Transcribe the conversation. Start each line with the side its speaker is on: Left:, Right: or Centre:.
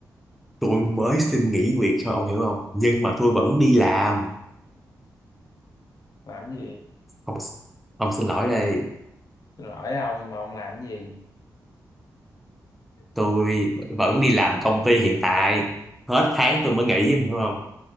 Centre: tôi mới xin nghỉ việc thôi ông hiểu không? Nhưng mà tôi vẫn đi làm.
Left: Làm cái gì?
Centre: Ông, ông xin lỗi đây,
Left: Xin lỗi ông nhưng mà ông làm cái gì?
Centre: tôi vẫn đi làm công ty hiện tại. Hết tháng tôi mới nghỉ, em hiểu không?